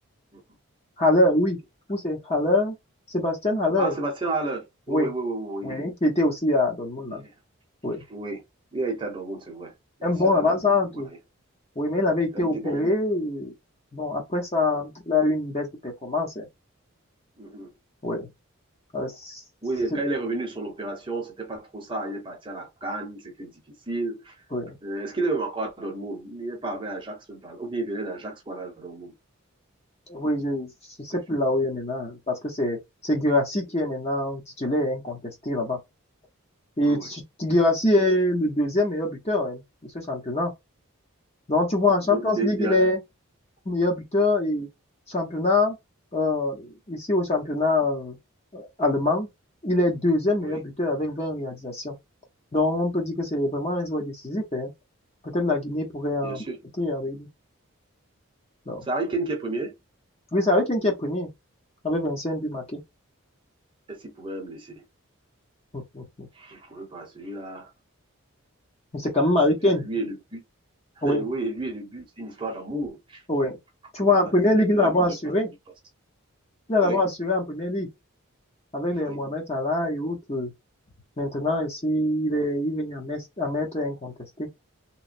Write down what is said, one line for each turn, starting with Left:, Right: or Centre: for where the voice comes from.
Right: Mhm.
Left: Haller, oui. Où c'est Haller? Sébastien Haller,
Right: Ah, Sébastien Haller. Oui,
Left: oui.
Right: oui, oui,
Left: Oui,
Right: oui,
Left: qui était aussi à Dortmund,
Right: oui.
Left: là.
Right: Oui,
Left: Oui.
Right: Oui. il a été à Dortmund, c'est vrai. Sébastien
Left: Un bon
Right: Haller,
Left: avant-centre.
Right: l'Ivoirien.
Left: Oui, mais il avait été
Right: Il a été
Left: opéré.
Right: bon.
Left: et Bon, après ça, il a eu une baisse de performance. hein.
Right: Mhm.
Left: Oui. Euh,
Right: Oui,
Left: c'est-
Right: et quand il est revenu de son opération, c'était pas trop ça. Il est parti à la CAN, c'était difficile.
Left: oui.
Right: Euh, est-ce qu'il est même encore à Dortmund? Il n'est pas avec Ajax, même pas. Ou bien il venait d'Ajax, voilà, Dortmund.
Left: Oui, je ne sais
Right: Oui,
Left: plus là où il est maintenant, hein, parce que c'est c'est Guirassy qui est maintenant titulaire incontesté là-bas.
Right: oui,
Left: Et
Right: oui.
Left: Titu- Guirassy est le deuxième meilleur buteur hein, de ce championnat. Donc, tu vois, en Champions
Right: De- de-
Left: League,
Right: de-
Left: il est meilleur buteur et championnat, euh, ici au championnat euh, allemand, il est deuxième
Right: oui,
Left: meilleur buteur avec 20 réalisations. Donc, on peut dire que c'est vraiment un joueur décisif. hein. Peut-être la Guinée pourrait en
Right: bien sûr.
Left: profiter avec lui. Non.
Right: C'est Harry Kane qui est premier.
Left: Oui, c'est Harry Kane qui est premier, avec 25 buts marqués.
Right: Est-ce qu'il pouvait me laisser?
Left: <laughs> Mais
Right: Il ne pouvait pas. Celui-là,
Left: C'est quand même
Right: c'est-
Left: Harry
Right: lui
Left: Kane.
Right: et le but. <laughs>
Left: Oui,
Right: Oui, lui et le but, c'est une histoire d'amour. Il
Left: oui. Tu
Right: ne pouvait
Left: vois,
Right: pas
Left: en première
Right: laisser.
Left: ligue,
Right: Le
Left: il
Right: meilleur
Left: a d'abord
Right: buteur
Left: assuré.
Right: partout, il passe.
Left: Il a
Right: Oui,
Left: d'abord assuré en première ligue, avec les
Right: oui,
Left: Mohamed Salah et autres. Maintenant, ici, il est, il est à mettre à maître incontesté.